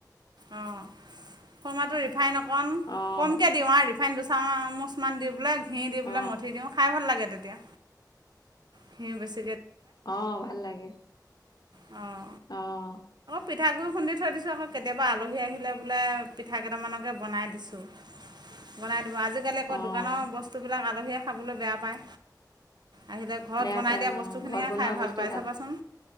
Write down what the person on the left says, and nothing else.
অ', অ',
অ',
অ' ভাল লাগে।
অ'
অ',
বেয়া
পায়
অ',
ঘৰত বনোৱা
বস্তু